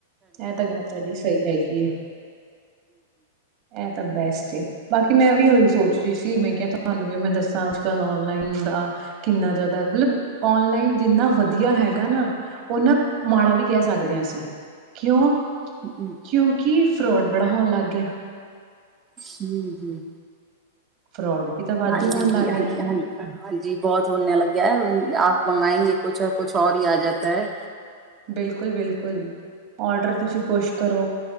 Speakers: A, on the right (about 45°); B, on the right (about 20°).
A: ਇਹ ਤਾਂ ਗੱਲ ਤੁਹਾਡੀ ਸਹੀ ਹੈਗੀ ਆ ਇਹ ਤਾਂ ਬੈਸਟ ਬਾਕੀ ਮੈਂ ਵੀ ਉਹੀ ਸੋਚ ਰਹੀ ਸੀ ਮੈਂ ਕਿਹਾ ਤੁਹਾਨੂੰ ਵੀ ਮੈਂ ਦੱਸਾਂ ਅੱਜ ਕੱਲ ਲਾਈਨ ਦਾ ਕਿੰਨਾ ਜ਼ਿਆਦਾ ਮਤਲਬ ਔਨਲਾਈਨ ਜਿੰਨਾ ਵਧੀਆ ਹੈਗਾ ਨਾ ਓਨਾ ਮਾੜਾ ਵੀ ਕਹਿ ਸਕਦੇ ਹਾਂ ਅਸੀਂ ਕਿਉਂ
B: ਹਮ
A: ਕਿਉਂਕਿ ਫਰੋਡ ਬੜਾ ਹੋਣ ਲੱਗ ਗਿਆ
B: ਜੀ ਜੀ
A: ਫਰੋਡ ਵੀ ਤਾਂ ਵਾਧੂ
B: ਹਾਂਜੀ
A: ਹੋਣ ਲੱਗ
B: ਹਾਂਜੀ
A: ਗਿਆ ਹੈ।
B: ਹਾਂਜੀ ਹਾਂਜੀ ਬਹੁਤ ਹੋਨ ਲੱਗ ਗਿਆ ਹੈ ਆਪ ਮੰਗਏਂ ਗਗੇ ਕੁਛ ਕੁਛ ਔਰ ਹੀ ਆ ਜਾਤਾ ਹੈ
A: ਬਿਲਕੁਲ ਬਿਲਕੁਲ ਔਡਰ ਤੁਸੀਂ ਕੁਛ ਕਰੋ